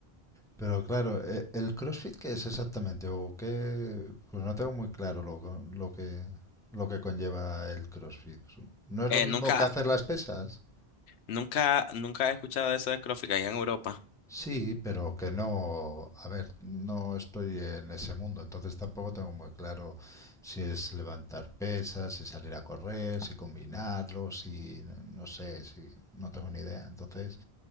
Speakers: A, in the centre; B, on the left.
A: Pero claro, eh, ¿el CrossFit qué es exactamente? ¿O qué? Pues no tengo muy claro lo, co- lo que, lo que conlleva el CrossFit. ¿No es
B: Eh,
A: lo mismo
B: nunca,
A: que hacer las pesas?
B: nunca, nunca he escuchado de eso de CrossFit allá en Europa.
A: Sí, pero que no... A ver, no estoy en ese mundo, entonces tampoco tengo muy claro si es levantar pesas, si salir a correr, si combinarlo, si... No sé, si... No tengo ni idea. Entonces,